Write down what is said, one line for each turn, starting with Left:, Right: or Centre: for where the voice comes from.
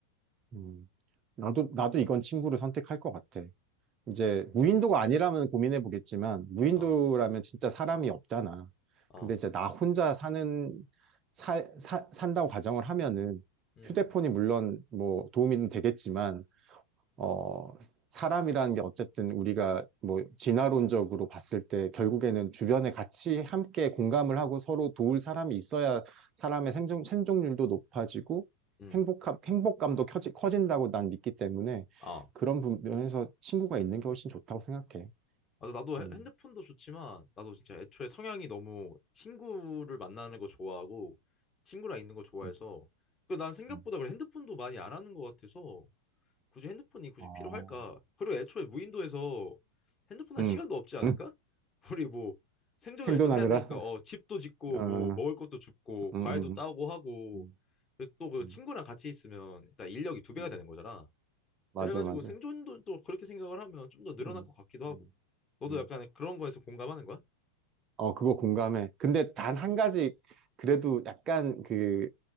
Right: 음. 나도, 나도 이건 친구를 선택할 것 같아. 이제 무인도가 아니라면 고민해 보겠지만 무인도라면
Left: 어,
Right: 진짜 사람이 없잖아.
Left: 어,
Right: 근데 이제 나 혼자 사는 살 사- 산다고 가정을 하면은
Left: 음,
Right: 휴대폰이 물론 뭐 도움이 되겠지만 어, 사람이라는 게 어쨌든 우리가 뭐 진화론적으로 봤을 때 결국에는 주변에 같이 함께 공감을 하고 서로 도울 사람이 있어야 사람의 생존, 생존율도 높아지고
Left: 음,
Right: 행복함, 행복감도 커지, 커진다고 난 믿기 때문에
Left: 어.
Right: 그런 부- 면에서 친구가 있는 게 훨씬 좋다고 생각해.
Left: 맞아, 나도
Right: 음,
Left: 핸- 핸드폰도 좋지만, 나도 진짜 애초에 성향이 너무 친구를 만나는 거 좋아하고, 친구랑 있는 거 좋아해서,
Right: 음,
Left: 그난 생각보다
Right: 음.
Left: 그래 핸드폰도 많이 안 하는 것 같아서, 굳이 핸드폰이 굳이
Right: 아,
Left: 필요할까? 그리고 애초에 무인도에서 핸드폰 할
Right: 음,
Left: 시간도 없지 않을까?
Right: 음.
Left: <laughs> 우리 뭐, 생존을
Right: 생존하느라.
Left: 일단 해야 되니까,
Right: <laughs>
Left: 어, 집도 짓고,
Right: 어, 음,
Left: 뭐, 먹을 것도 줍고,
Right: 음,
Left: 과일도 따고 하고,
Right: 음,
Left: 또 그
Right: 음,
Left: 친구랑 같이 있으면 일단 인력이 두 배가
Right: 음.
Left: 되는 거잖아.
Right: 맞아,
Left: 그래가지고
Right: 맞아.
Left: 생존도 또 그렇게 생각을 하면 좀 더 늘어날
Right: 음,
Left: 것 같기도 하고.
Right: 음.
Left: 너도
Right: 음.
Left: 약간 그런 거에서 공감하는 거야?
Right: 어, 그거 공감해. 근데 단 한 가지, 그래도 약간 그